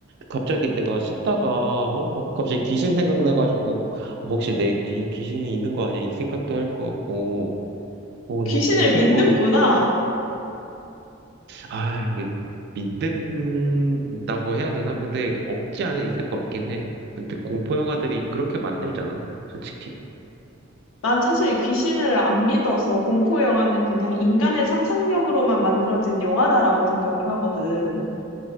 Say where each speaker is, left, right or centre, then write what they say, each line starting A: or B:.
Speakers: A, on the right; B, on the left.
A: 갑자기 내가 씻다가, 어, 막 갑자기 귀신 생각나가지고, 어, 혹시 내 귀에 귀신이 있는 거 아니야? 이 생각도 할 것 같고, 어,
B: 귀신을
A: 내가 공포
B: 믿는구나.
A: 영화 아, 이게 믿는다고 해야 되나? 근데 없지 않아 있을 것 같긴 해. 근데 공포 영화들이 그렇게 만들잖아, 솔직히.
B: 난 사실 귀신을 안 믿어서 공포 영화는 그냥 인간의 상상력으로만 만들어진 영화다라고 생각을 하거든.